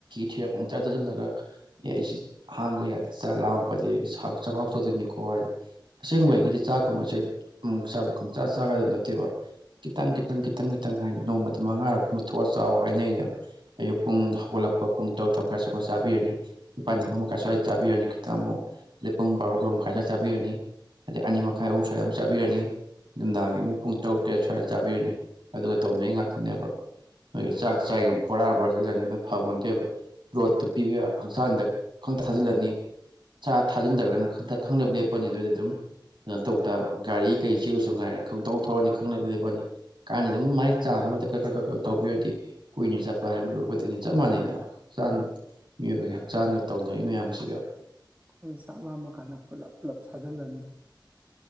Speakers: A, on the right; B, on the right.
A: ꯊ ꯊꯨꯡ ꯇ ꯇꯗ ꯂ ꯑꯦ ꯑꯩꯁꯦ ꯍꯥꯡꯕ ꯌꯥꯗꯦ ꯆꯥ ꯂꯥꯡꯉꯛꯄꯗꯤ ꯆꯥꯛꯈꯥꯎ ꯆꯧꯗꯣꯏꯅꯤꯀꯣ ꯍꯥꯏꯗꯤ ꯑꯁꯦꯡꯕꯒꯤꯗꯤ ꯆꯥꯛꯀꯨꯝꯕꯁꯦ ꯑꯃꯨꯛ ꯀꯪꯆꯆꯥ ꯆꯥꯒꯗꯕ ꯅꯠꯇꯦꯕ ꯈꯤꯇꯪ ꯈꯤꯇꯪ ꯈꯤꯇꯪ ꯈꯤꯇꯪ ꯍꯥꯏꯅ ꯅꯣꯡꯃꯗ ꯃꯉꯥꯔꯛ ꯀꯨꯝꯕ ꯊꯣꯛꯑ ꯆꯥꯎꯋ ꯍꯥꯏꯅꯩꯅꯦꯕ ꯑꯌꯨꯛ ꯄꯨꯡ ꯍꯧꯒꯠꯂꯛꯄ ꯄꯨꯡ ꯇꯔꯨꯛ ꯈꯔ ꯁ ꯆꯥꯕꯤꯔꯅꯤ ꯅꯤꯄꯥꯜ ꯅꯤꯄꯥ ꯃꯈꯥꯏ ꯁ꯭ꯋꯥꯏꯗ ꯆꯥꯕꯤꯔꯅꯤ ꯈꯤꯇꯪ ꯑꯃꯨꯛ ꯑꯗꯩ ꯄꯨꯡ ꯕꯥꯔꯣ ꯃꯈꯥꯏ ꯁ꯭ꯋꯥꯏ ꯆꯥꯕꯤꯔꯅꯤ ꯑꯗꯩ ꯑꯅꯤꯃꯛ ꯃꯈꯥꯏ ꯑꯍꯨꯝ ꯁ꯭ꯋꯥꯏꯗ ꯑꯃꯨꯛ ꯆꯥꯔꯅꯤ ꯅꯨ ꯃꯤꯗꯥꯡꯒꯤ ꯑꯃꯨꯛ ꯄꯨꯡ ꯇꯧꯗꯦ ꯁ꯭ꯋꯥꯏꯗ ꯇꯥꯕꯤꯔꯅꯤ ꯑꯗꯨꯒ ꯇꯧꯅꯩ ꯉꯥꯛꯇꯅꯦꯕ ꯃꯣꯏꯒꯤ ꯆꯥꯛ ꯆꯥꯏ ꯕꯣꯔꯥ ꯣꯔꯥꯁꯤꯜꯂꯅꯤ ꯑꯗꯨꯝ ꯐꯕꯣꯟꯠꯇꯦꯕ ꯔꯣꯠꯇꯨ ꯄꯤꯕꯤꯕ ꯟꯗ ꯈꯪꯇ ꯊꯥꯖꯤꯜꯂꯅꯤ ꯆꯥ ꯊꯥꯖꯤꯟꯗ꯭ꯔꯒꯅ ꯈꯪꯊ ꯈꯪꯗꯦꯞ ꯂꯦꯞꯄꯅꯤ ꯑꯗꯨꯏꯗ ꯑꯗꯨꯝ ꯀꯩꯅꯣ ꯇꯧ ꯇꯥꯕ ꯒꯥꯔꯤ ꯀꯩ ꯁꯤꯔꯁꯨ ꯉꯥꯏꯔꯦ ꯈꯪꯊꯧꯧ ꯊꯧꯔꯅꯤ ꯈꯪꯅꯗꯤ ꯂꯦꯞꯄꯅꯤ ꯀꯥꯏꯅ ꯑꯗꯨꯝ ꯃꯒꯤ ꯆꯥꯡ ꯑꯃꯗ ꯈ ꯈꯔ ꯈꯛ ꯈ ꯇꯧꯕꯤꯔꯗꯤ ꯀꯨꯏꯅ ꯆꯠꯄ ꯍꯥꯏꯕꯗꯨ ꯂꯣꯏ ꯑꯣꯏꯗꯣꯏꯅꯤ ꯆꯞ ꯃꯥꯟꯅꯩꯅ ꯍꯛꯆꯥꯡ ꯃꯤꯑꯣꯏꯕꯒꯤ ꯍꯛ ꯍꯛꯆꯥꯡꯒ ꯇꯧꯅꯔꯤ ꯃꯌꯥꯝꯁꯦ <unintelligible>
B: ꯑꯩꯈꯣꯏ ꯆꯥꯛ ꯂꯥꯝꯃ ꯀꯥꯟꯗ ꯄꯨꯜꯂꯞ ꯄꯨꯜꯂꯞ ꯁꯥꯖꯤꯜꯂꯝꯃꯤ